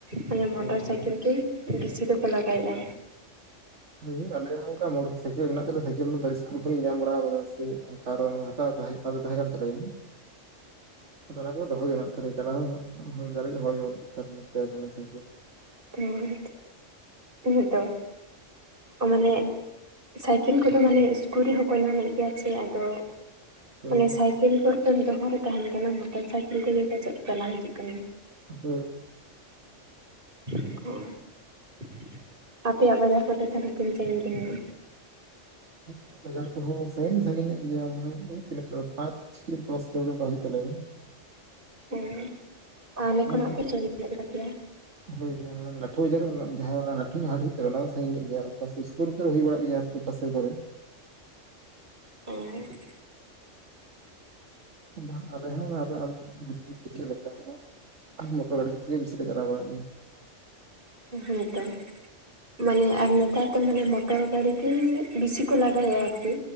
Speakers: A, on the right; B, on the right.
A: ᱢᱟᱱᱮ ᱢᱚᱴᱚᱨ
B: ᱦᱳᱭ ᱦᱳᱭ
A: ᱥᱟᱭᱠᱮᱞ ᱜᱮ ᱵᱤᱥᱤ ᱫᱚᱠᱚ ᱞᱟᱜᱟᱭᱮᱼᱟ᱾
B: ᱦᱳᱭ ᱟᱞᱮ ᱦᱚᱸ ᱚᱝᱠᱟ ᱢᱚᱴᱚᱨ ᱥᱟᱭᱠᱮᱞ ᱢᱮᱱᱟᱜ ᱛᱟᱞᱮᱭᱟ ᱥᱟᱭᱠᱮᱞ ᱫᱚ <unintelligible> ᱤᱥᱠᱩᱞ ᱠᱷᱚᱱᱤᱧ ᱧᱟᱢ ᱵᱟᱲᱟᱣ ᱠᱟᱫᱟ ᱥᱮ ᱟᱨᱚᱸ ᱦᱟᱛᱟᱣ ᱛᱟᱦᱮᱸᱡ ᱟᱫᱚ ᱫᱚ ᱛᱟᱦᱮᱸᱠᱟᱱ ᱛᱟᱞᱮᱭᱟ᱾ ᱟᱫᱚ ᱚᱱᱟ ᱠᱚᱫᱚ ᱫᱚᱦᱚᱸ ᱜᱮ ᱢᱮᱱᱟᱜ ᱛᱟᱞᱮᱭᱟ ᱪᱟᱞᱟᱣ ᱦᱚᱸ ᱡᱟᱨ ᱨᱮᱜᱮ ᱦᱚᱲ ᱜᱮ ᱵᱟᱹᱱᱩᱜ ᱠᱚᱛᱟᱞᱮᱭᱟ ᱯᱮᱭᱟ ᱵᱩᱱᱤ ᱥᱟᱭᱠᱮᱞ᱾
A: ᱦᱮᱸᱻ <unintelligible> ᱚ ᱢᱟᱱᱮ ᱥᱟᱭᱠᱮᱞ ᱠᱚᱫᱚ ᱢᱟᱱᱮ ᱤᱥᱠᱩᱨᱤ ᱦᱚᱸᱠᱚ ᱧᱟᱢᱮᱫ ᱜᱮᱭᱟ ᱥᱮ ᱟᱫᱚ
B: ᱦᱳᱭ
A: ᱢᱟᱱᱮ ᱥᱟᱭᱠᱮᱞ ᱵᱚᱨᱪᱚᱢ ᱫᱚᱦᱚ ᱨᱮ ᱛᱟᱦᱮᱱ ᱠᱟᱱᱟ ᱢᱚᱴᱚᱨ ᱥᱟᱭᱠᱮᱞ ᱛᱮᱜᱮ ᱠᱚ ᱪᱟᱜ ᱪᱟᱞᱟᱣ ᱦᱤᱡᱩᱜ ᱠᱟᱱᱟ᱾
B: <inaudible>
A: <inaudible> ᱟᱯᱮᱭᱟᱜ ᱵᱟᱡᱟᱨ ᱠᱚᱛᱮ ᱛᱤᱱ ᱥᱟᱺᱜᱤᱧ ᱨᱮ ᱢᱮᱱᱟᱜ ᱟ᱾
B: <inaudible> ᱵᱟᱡᱟᱨ ᱠᱚᱦᱚᱸ ᱥᱟᱺᱜᱤᱧ ᱥᱟᱺᱜᱤᱧ ᱧᱚᱜ ᱜᱮᱭᱟ ᱢᱟᱱᱮ ᱳᱭ ᱛᱤᱱᱟᱹᱜ ᱠᱤᱞᱚ ᱯᱟᱸᱪ ᱪᱤᱠᱤ ᱫᱚᱥ ᱠᱤᱞᱳᱢᱤᱴᱚᱨ ᱜᱟᱱ ᱦᱩᱭᱩᱜ ᱛᱟᱞᱮᱭᱟ ᱾
A: ᱦᱮᱸ ᱟᱞᱮ ᱠᱷᱚᱱᱟᱜ
B: ᱢᱟᱱᱮ
A: ᱠᱚ <unintelligible> ᱧᱚᱜ ᱜᱮ ᱛᱟᱯᱮᱭᱟ᱾
B: ᱦᱳᱭ ᱦᱳᱭ ᱞᱟᱹᱴᱩ ᱵᱟᱡᱟᱨ ᱡᱟᱦᱟᱸ ᱞᱟᱹᱴᱩ ᱧᱚᱜ ᱦᱟᱴ ᱦᱩᱭᱩᱜ ᱛᱟᱞᱮᱭᱟ ᱚᱱᱟ ᱫᱚ ᱥᱟᱺᱜᱤᱧᱚᱜ ᱜᱮᱭᱟ ᱟᱨ ᱚᱝᱠᱟ ᱥᱩᱨ ᱯᱩᱨ ᱠᱚᱨᱮ ᱦᱩᱭ ᱵᱟᱲᱟᱜ ᱜᱮᱭᱟ ᱟᱛᱳ ᱯᱟᱥᱮ ᱠᱚᱨᱮ᱾
A: ᱚ <inaudible>
B: ᱵᱟᱸ ᱟᱞᱮ ᱦᱚᱸ ᱚᱱᱚ ᱟᱵᱟ <inaudible> ᱞᱮᱠᱟ ᱢᱚᱴᱚᱨ ᱜᱟᱹᱰᱤ ᱠᱚᱛᱮ ᱜᱮ ᱵᱤᱥᱤ ᱞᱮ ᱪᱟᱞᱟᱣ ᱵᱟᱲᱟᱜ ᱜᱮᱭᱟ᱾
A: ᱦᱮᱸᱛᱚ᱾ ᱢᱟᱱᱮ ᱟᱨ ᱱᱮᱛᱟᱨ ᱫᱚ ᱢᱟᱱᱮ ᱢᱚᱴᱚᱨ ᱜᱟᱲᱤ ᱜᱮ ᱵᱤᱥᱤ ᱠᱚ ᱞᱟᱜᱟᱭᱮᱼᱟ ᱟᱨᱠᱤ